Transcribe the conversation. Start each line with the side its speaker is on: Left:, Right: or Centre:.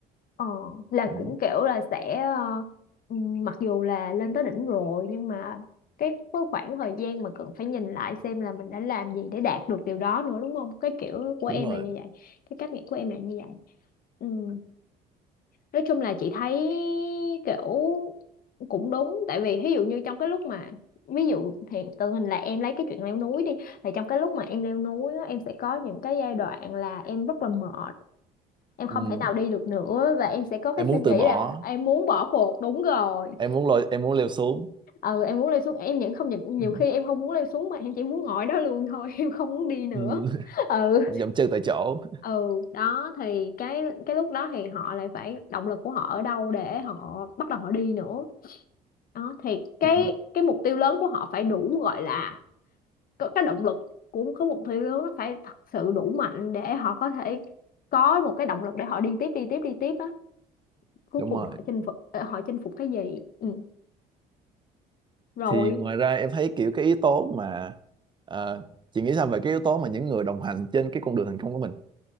Left: Ờ, là
Right: ừ,
Left: cũng kiểu là sẽ ờ, ừm, mặc dù là lên tới đỉnh rồi nhưng mà cái cái khoảng thời gian mà cần phải nhìn lại xem là mình đã làm gì để đạt được điều đó nữa đúng không? Cái kiểu của em
Right: đúng rồi
Left: là như vậy, cái cách nghĩ của em là như vậy. Ừm, Nói chung là chị thấy kiểu cũng đúng tại vì ví dụ như trong cái lúc mà ví dụ hiện tượng hình là em lấy cái chuyện leo núi đi thì trong cái lúc mà em leo núi á, em sẽ có những cái giai đoạn là em rất là mệt em không
Right: ừ.
Left: thể nào đi được nữa và em sẽ có cái
Right: em muốn
Left: suy nghĩ
Right: từ bỏ
Left: là em muốn bỏ cuộc đúng rồi
Right: em muốn lôi em muốn leo xuống
Left: ừ em muốn leo xuống em những không những
Right: ừ.
Left: nhiều khi em không muốn leo xuống mà em chỉ muốn ngồi đó luôn thôi <laughs> em không muốn đi nữa
Right: Ừ.
Left: ừ
Right: <laughs> dậm chân tại chỗ
Left: ừ đó thì cái cái lúc đó thì họ lại phải động lực của họ ở đâu để họ bắt đầu họ đi nữa đó thì cái
Right: ừ.
Left: cái mục tiêu lớn của họ phải đủ gọi là có cái động lực của có mục tiêu lớn nó phải thật sự đủ mạnh để họ có thể có một cái động lực để họ đi tiếp đi tiếp đi tiếp á cuối
Right: đúng
Left: cùng
Right: rồi
Left: họ chinh phục ờ, họ chinh phục cái gì ừ. rồi
Right: thì ngoài ra em thấy kiểu cái yếu tố mà ờ, chị nghĩ sao về cái yếu tố mà những người đồng hành trên cái con đường thành công của mình